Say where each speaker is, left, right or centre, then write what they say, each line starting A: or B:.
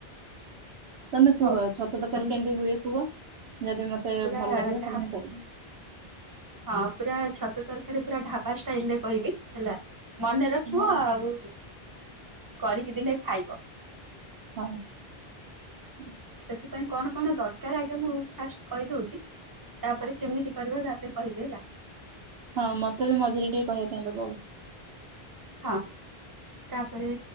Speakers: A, on the right; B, on the right.
A: ତମେ କୁହ
B: ହଉ
A: ଛତୁ ତରକାରୀ
B: ଶୁଣ
A: କେମିତି ହୁଏ କୁହ? ଯଦି ମୋତେ
B: ପୁରା
A: ଭଲ ଲାଗିବ
B: ଢା
A: ତାହେଲେ ମୁଁ କରିବି।
B: ହଁ ପୁରା ଛତୁ ତରକାରୀ ପୁରା ଢାବା ଷ୍ଟାଇଲରେ କହିବି ହେଲା। ମନେ ରଖିବ
A: ହଁ
B: ଆଉ। କରିକି ଦିନେ ଖାଇବ।
A: ହୁଁ। <inaudible>
B: ସେଥିପାଇଁ କଣ କଣ ଦରକାର ଆଗେ ମୁଁ ଫାଷ୍ଟ କହିଦଉଛି ତାପରେ କେମିତି କରିବା ତାପରେ କହିବି ହେଲା। <inaudible>
A: ହଁ ମତେ ବି ମଝିରେ ଟିକେ କହିବା ପାଇଁ ଦବ ଆଉ।
B: ହଁ ତାପରେ